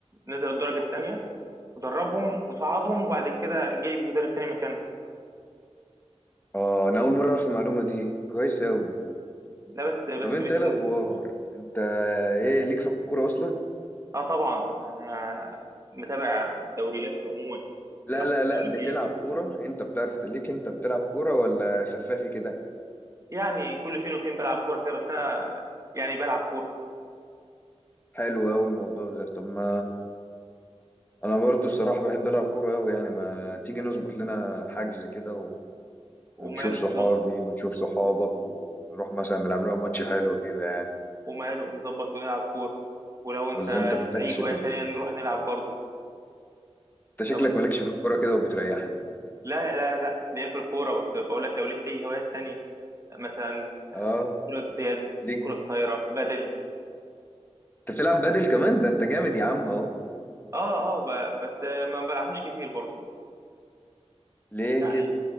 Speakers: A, on the right (about 30°); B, on the left (about 15°).
A: نزلوا الدرجه الثانيه ودربهم وصعدهم وبعد كده جايب مدرب تاني مكانه
B: اه انا اول مره اعرف المعلومه دي كويس اوي
A: لا بس بس
B: طب انت
A: بيتلو
B: ايه الاخبار انت ايه ليك في الكوره اصلا
A: اه طبعا انا متابع الدوريات عموما
B: لا
A: بالاخص
B: لا
A: الدوري
B: لا بتلعب
A: الانجليزي
B: كوره انت بتعرف ليك انت بتلعب كوره ولا خفافي كده
A: يعني كل فين وفين بلعب كوره كده بس انا يعني بلعب كوره
B: حلو اوي الموضوع ده طب ما انا برضو الصراحه بحب العب كوره اوي يعني ما تيجي نظبط لنا حجز كده و... ونشوف
A: وماله
B: صحابي
A: نظبط
B: ونشوف صحابك ونروح مثلا نلعب لنا ماتش حلو كده يعني
A: وماله نظبط ونلعب كوره ولو انت
B: ولا انت مالكش
A: ليك في اي هوايه
B: في
A: تانية
B: ال...
A: نروح نلعب برضه
B: انت شكلك
A: لو ليك
B: مالكش في الكوره كده وبتريحني
A: لا لا لا ليا في الكوره بس بقول لك لو ليك اي هوايات تانية مثلا
B: اه
A: كرة يد
B: ليك
A: كرة طايرة بدل
B: انت بتلعب بدل كمان ده انت جامد يا عم اهو
A: اه اه ب- بس ما بلعبهاش كتير برضه
B: ليه
A: يعني
B: كده